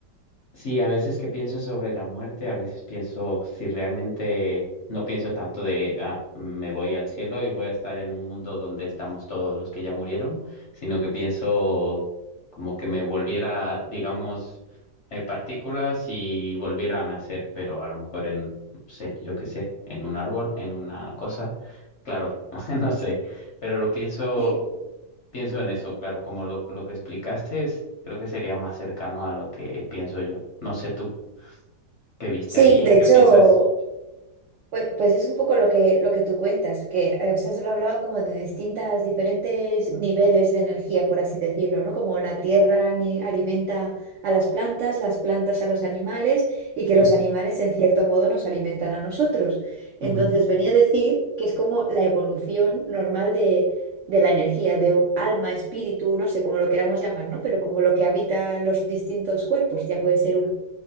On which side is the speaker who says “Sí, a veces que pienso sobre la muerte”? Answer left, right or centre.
Left